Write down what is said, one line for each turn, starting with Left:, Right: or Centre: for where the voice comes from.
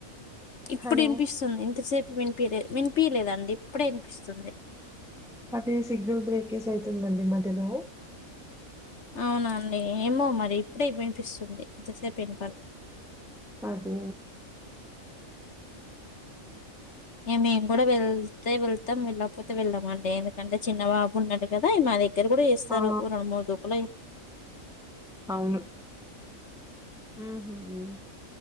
Left: ఇప్పుడు
Centre: హలో!
Left: ఇనిపిస్తుంది ఇంతసేపు వినిపియలే వినిపియలేదండి ఇప్పుడే ఇనిపిస్తుంది
Centre: అదే సిగ్నల్ బ్రేకెజ్ అయితుందండి మధ్యలో
Left: అవునండి ఏమో మరి ఇప్పుడే వినిపిస్తుంది. ఎంతసేపు వినపాలే
Centre: అది
Left: ఇ మేము కూడా వేలతే వెల్ మొత్తం వెళ్ళకపోతే వెళ్ళామండి. ఎందుకంటే చిన్న బాబు ఉన్నాడు కదా మా దే దగ్గర కూడా వేస్తారు
Centre: ఆ!
Left: ఓ రెండు మూడు డోకుళాయి
Centre: అవును మ్మ్ మ్మ్